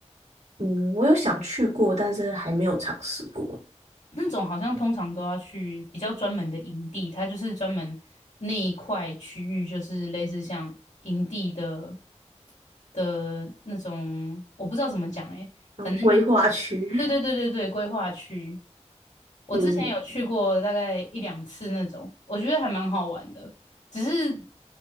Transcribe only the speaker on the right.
嗯，我有想去过，但是还没有尝试过。
然后规划区，
<laughs> 嗯，